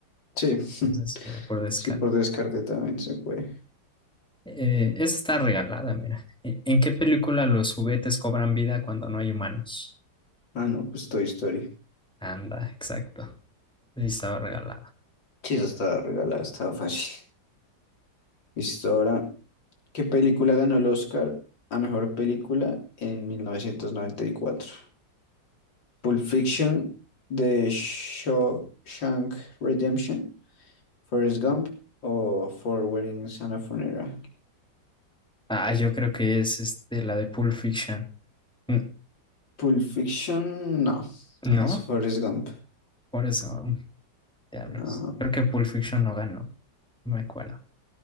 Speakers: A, on the left; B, in the centre.
A: Sí. <laughs>
B: Entonces, por, por descarte.
A: Sí, por descarte también se fue.
B: Eh, esa está regalada, mira. E- ¿En qué película los juguetes cobran vida cuando no hay humanos?
A: Ah, no, pues Toy Story.
B: Anda, exacto. Sí, estaba regalada.
A: Sí, esa estaba regalada, estaba fácil. Listo, ahora, ¿qué película ganó el Oscar a mejor película en 1994? Pulp Fiction, The Shawshank Redemption, Forrest Gump o Four Weddings and a Funeral.
B: Ah, yo creo que es este, la de Pulp Fiction. N-
A: Pulp Fiction, no,
B: ¿No?
A: es Forrest Gump.
B: Por eso, diablos.
A: Ah,
B: Creo que Pulp Fiction no ganó, no me acuerdo.